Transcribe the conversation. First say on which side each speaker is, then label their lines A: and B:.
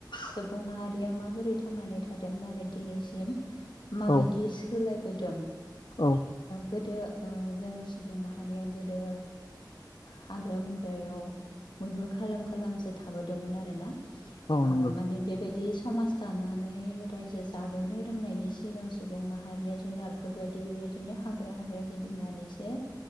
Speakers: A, on the left; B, on the left.
A: सुबुं माहारिया माबोरै थांनानै था थादोंमोन आरो दिनैसिम माबायदि
B: औ
A: सोलायबोदों
B: औ।
A: गोदो जों सुबुं माहारिया गोदो हाग्रा बंग्रायाव मैहुर खालाम खालामसो थाबोदोंमोन आरो ना।
B: औ नंगौ
A: माने बेबायदि समाज दानानै रायजो जाबोनो रोंनायनि सिगां सुबुं माहारिया जुनारफोरबायायदि बेबायदिनो हाग्रा हाग्रा गिदिंनानैसो